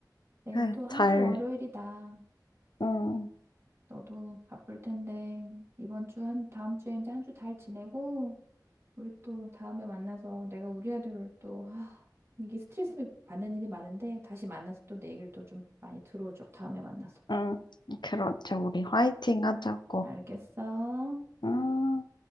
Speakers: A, on the right; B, on the left.
A: 내일
B: 아유,
A: 또 한
B: 잘,
A: 주 월요일이다.
B: 응,
A: 너도 바쁠 텐데 이번 주 한 다음 주에 이제 한 주 잘 지내고 우리 또 다음에 만나서 내가 우리 아들을 또 아, 이게 스트레스 받는 일이 많은데 다시 만나서 또 내 얘기를 또 좀 많이 들어줘. 다음에 만나서.
B: 응, 그렇죠. 우리 화이팅 하자고.
A: 알겠어?
B: 음.